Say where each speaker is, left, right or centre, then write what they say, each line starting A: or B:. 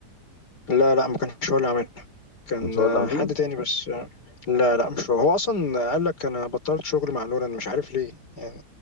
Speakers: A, on the left (about 80°); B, on the left (about 50°).
A: لا لا ما كانش هو اللي عاملها كان
B: مش هو
A: آه،
B: اللي عاملها
A: حد تاني بس آه، لا لا مش هو هو أصلا قال لك أنا بطلت شغل مع نولان مش عارف ليه يعني